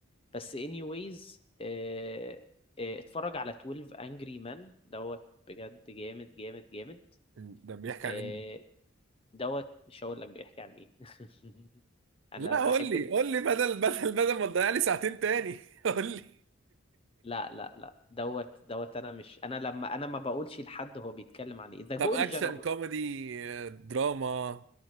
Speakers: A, on the left; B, on the right.
A: بس anyways اه اه اتفرج على 12 Angry Men دوت بجد جامد جامد جامد
B: ده بيحكي
A: آه،
B: عن ايه
A: دوت مش هقول لك بيحكي عن ايه <laughs> انا
B: لا
A: بحب
B: قول لي
A: ال...
B: قول لي بدل بدل بدل ما تضيع لي ساعتين تاني <laughs> قول لي
A: لا لا لا دوت دوت انا مش انا لما انا ما بقولش لحد هو بيتكلم عن ايه ذا جورج
B: طب اكشن
A: انا اقول
B: كوميدي آه، دراما